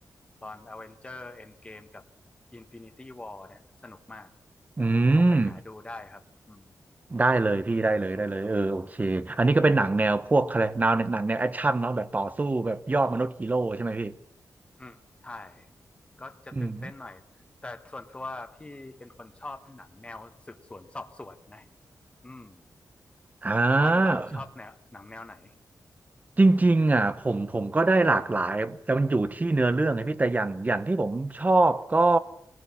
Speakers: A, on the left (about 20°); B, on the right (about 25°).
A: ตอนอเวนเจอร์เอนเกมกับ Infinity War เนี่ยสนุกมาก
B: อื
A: ลองไปหาดูได้ครับอืม
B: มได้เลยพี่ได้เลยได้เลยเออโอเคอันนี้ก็เป็นหนังแนวพวกอะไรแนวหนังแนวแอคชั่นเนาะแบบต่อสู้แบบยอดมนุษย์ฮีโร่ใช่ไหมพี่
A: อืมใช่ก็จะตื่นเต้นหน่อยแต่ส่วนตัวพี่เป็นคนชอบหนังแนวสืบสวนสอบสวนนะ
B: อืม
A: อืม
B: อ่า
A: บอลล่ะชอบแนวหนังแนวไหน
B: จริงๆอ่ะผมผมก็ได้หลากหลายแต่มันอยู่ที่เนื้อเรื่องไงพี่แต่อย่างอย่างที่ผมชอบก็